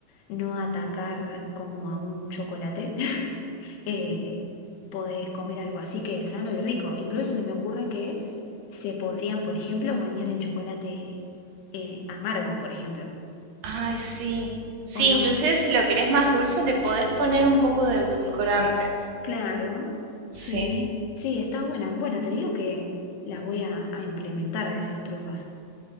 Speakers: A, on the left; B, on the right.
A: no atacar como a un chocolate. <laughs> eh, podés comer algo así que es sano y rico. Incluso se me ocurre que se podrían, por ejemplo, bañar en chocolate eh, amargo, por ejemplo.
B: Ay, sí. Sí,
A: ¿O no?
B: inclusive si lo querés más dulce, le podés poner un poco de edulcorante.
A: Claro.
B: Sí.
A: Sí, sí, está buena. Bueno, te digo que las voy a, a implementar a esas trufas.